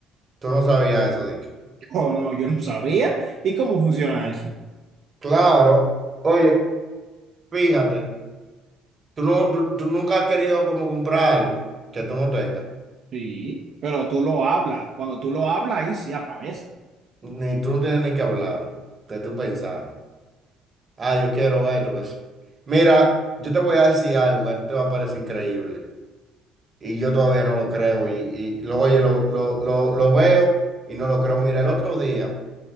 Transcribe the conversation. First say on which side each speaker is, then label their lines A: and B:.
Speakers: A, on the right (about 30°); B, on the right (about 55°).
A: Tú no sabías eso, Dick.
B: Oh, no, yo no sabía. ¿Y cómo funciona eso?
A: Claro. Oye, fíjate, tú, no, tú, tú nunca has querido como comprar algo que tú no tengas.
B: Sí, pero tú lo hablas. Cuando tú lo hablas, ahí sí aparece.
A: Ni tú no tienes ni que hablarlo, que tú pensarlo. Ah, yo quiero esto, que sí. Mira, yo te voy a decir algo que a ti te va a parecer increíble. Y yo todavía no lo creo. Y, y lo, oye, lo, lo, lo, lo veo y no lo creo. Mira, el otro día